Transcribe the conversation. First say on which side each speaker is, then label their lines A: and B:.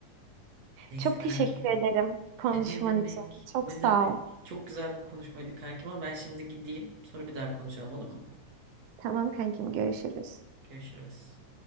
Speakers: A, on the right (about 55°); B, on the right (about 80°).
A: Neyse
B: Çok
A: kankim.
B: teşekkür ederim konuşman
A: Ay ne demek?
B: için. Çok
A: Ne
B: sağ
A: demek?
B: ol.
A: Çok güzel bir konuşmaydı kankim ama ben şimdi gideyim. Sonra bir daha konuşalım olur mu?
B: Tamam kankim görüşürüz.
A: Görüşürüz.